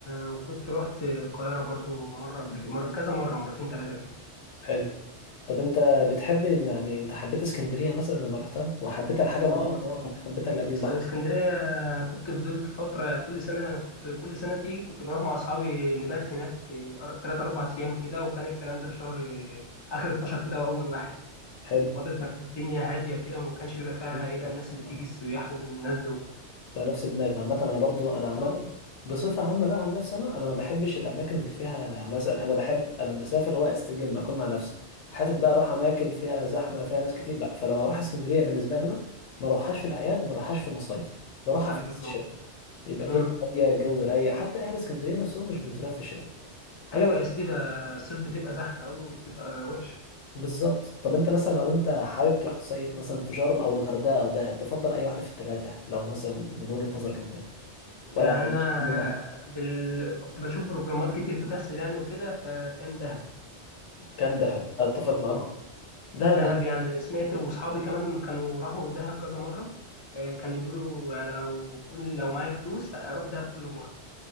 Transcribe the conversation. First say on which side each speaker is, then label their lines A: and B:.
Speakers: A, on the left (about 35°); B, on the left (about 80°).
A: وكنت رحت القاهره برضو مره قبل كده مره كذا مره مرتين ثلاثه كده
B: حلو طب انت بتحب يعني انت حبيت اسكندريه مثلا لما رحتها وحبيتها لحاجه
A: اه
B: معينه
A: اه
B: ولا حبيتها لاجل البحر
A: اس- اسكندريه أنا كنت فضلت فتره كل سنه انا كنت كل سنه تيجي كنت بروح مع اصحابي نبات هناك ثلاث اربع ايام كده وكان الكلام ده في شهر آه، اخر 12 كده واول واحد
B: حلو
A: فتره ما كانت الدنيا هاديه كده وما كانش بيبقى فيها
B: انت-
A: ايه بقى الناس اللي بتيجي
B: آه.
A: السياح والناس دول
B: ده نفس دماغي عامة أنا برضو أنا عامة
A: اه
B: بصفة عامة بقى عن نفسي أنا أنا ما بحبش الأماكن اللي فيها مثلا أنا بحب أنا مسافر هو أستجم أكون مع نفسي حتت بقى أروح أماكن فيها زحمة فيها ناس كتير لا فلو هروح اسكندرية بالنسبة لي أنا ما أروحهاش في الأعياد ما أروحهاش في المصايف بروحها
A: عليك
B: في حس الشتاء يبقى الدنيا
A: نور
B: هادية الجو رايق حتى أهل اسكندرية نفسهم مش بينزلوها في الشتاء حاجة
A: ايوه يا سيدي ده الصيف بتبقى زحمه قوي وبتبقى وحشه
B: بالظبط طب أنت مثلا لو أنت حابب تروح تصيف مثلا في شرم أو الغردقة أو دهب تفضل أي واحدة في التلاتة لو مثلا من وجهة نظرك أنت
A: يعني
B: ولا ما عندكش
A: انا بال... كنت بشوف بروجرامات كتير بتحصل يعني وكده فكان دهب
B: كان دهب اتفق معاك
A: اه
B: برضه دهب
A: دهب
B: لأن...
A: يعني سمعت واصحابي كمان كانوا راحوا دهب كذا مره آه، كانوا بيقولوا يعني لو كل لو معايا فلوس اروح دهب كل مره